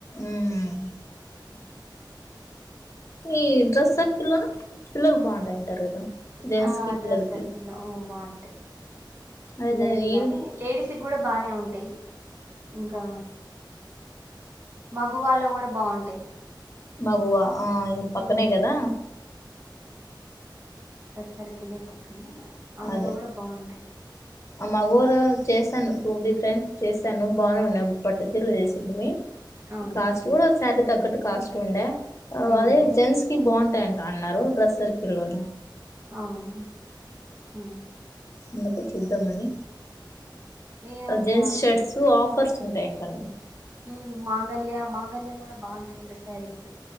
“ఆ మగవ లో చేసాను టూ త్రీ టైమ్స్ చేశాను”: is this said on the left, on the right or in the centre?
Left